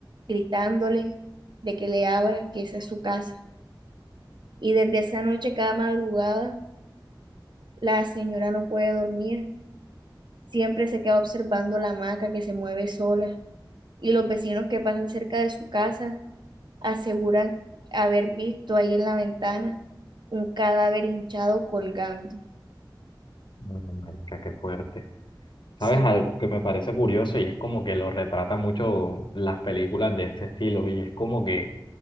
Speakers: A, on the right; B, on the left.
A: gritándole de que le abra, que esa es su casa. Y desde esa noche, cada madrugada, la señora no puede dormir, siempre se queda observando la hamaca que se mueve sola y los vecinos que pasan cerca de su casa aseguran haber visto ahí en la ventana un cadáver hinchado colgando.
B: no, marica, qué fuerte.
A: Sí,
B: ¿Sabes algo que me parece curioso y es como que lo retrata mucho las películas de este estilo? Y es como que